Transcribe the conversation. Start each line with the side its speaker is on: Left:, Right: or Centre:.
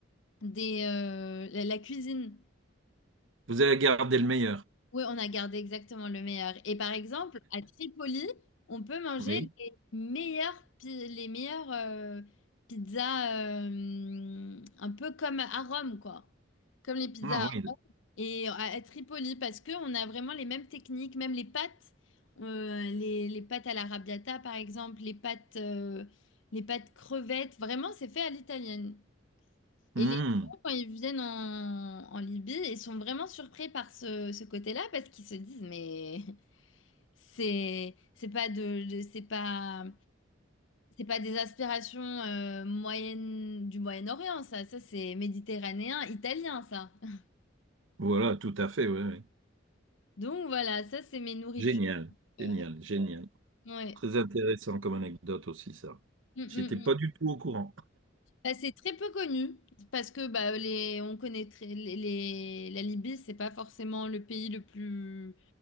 Left: des, euh, la, la cuisine.
Right: Vous avez gardé le meilleur.
Left: Oui, on a gardé exactement le meilleur. Et par exemple, à Tripoli, on peut manger
Right: Oui.
Left: les meilleures, pi- les meilleures euh, pizzas, euh, un peu comme à Rome, quoi. Comme les pizzas.
Right: Ah, oui.
Left: Et à à Tripoli, parce qu'on a vraiment les mêmes techniques, même les pâtes, euh, les, les pâtes à l'arrabbiata par exemple, les pâtes, euh, les pâtes crevettes, vraiment c'est fait à l'italienne.
Right: Hum,
Left: Et les gens, quand ils viennent en, en Libye, ils sont vraiment surpris par ce, ce côté-là parce qu'ils se disent, mais <laughs> c'est c'est pas de, de- c'est pas c'est pas des aspirations euh, moyennes du Moyen-Orient, ça, ça c'est méditerranéen, italien, ça. <laughs>
Right: Voilà, tout à fait. oui, oui.
Left: Donc voilà, ça c'est mes nourritures.
Right: Génial. Génial.
Left: euh,
Right: Génial.
Left: ouais.
Right: Très intéressant comme anecdote aussi, ça.
Left: Mm,
Right: J'étais
Left: mm,
Right: pas
Left: mm.
Right: du tout au courant.
Left: Bah, c'est très peu connu parce que bah, les, on connaît très- les, les- la Libye, c'est pas forcément le pays le plus